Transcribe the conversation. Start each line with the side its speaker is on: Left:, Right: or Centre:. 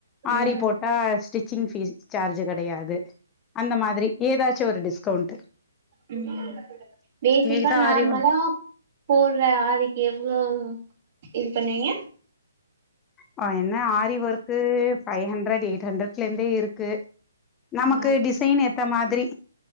Right: ம்
Left: ஆரி போட்டா ஸ்டிச் ஜிங் ஃபீஸ் சார்ஜ் கடையாது அந்த மாதிரி ஏதாச் சு ஒரு டிஸ்கவுண்ட்டு
Right: உம் பேசிக்கா
Left: எங்ககிட்ட
Right: நார்மலா
Left: ஆரி
Right: போடுற ஆரிக்கு எவ் ளோவு இது பண்ணீங்க
Left: ப என்ன aari work five hundred eight hundred லேந்து இருக்கு நமக்கு
Right: ஆ
Left: டிசைனு த மாதிரி